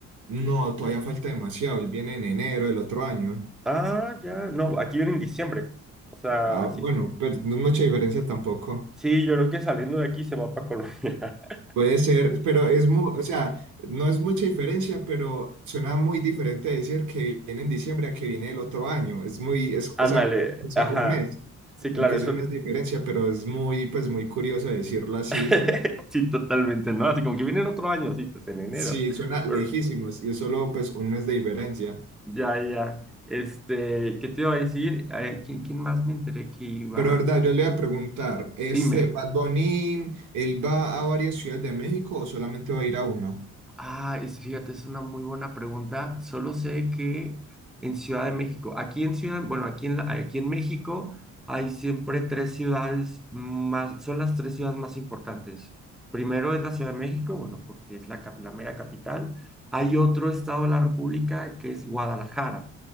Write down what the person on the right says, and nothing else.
No, todavía falta demasiado, él viene en enero del otro año.
Ah,
bueno, pero no es mucha diferencia tampoco.
Puede ser, pero es mu- o sea, no es mucha diferencia, pero suena muy diferente decir que viene en diciembre a que viene el otro año. Es muy, es,
o sea, o sea,
un mes,
aunque
sea un mes de diferencia, pero es muy, pues muy curioso decirlo así.
Sí, suena
lejísimos y es solo pues un mes de diferencia.
Pero verdad, yo le voy a preguntar, ¿este
Bad Bunny, él va a varias ciudades de México o solamente va a ir a una?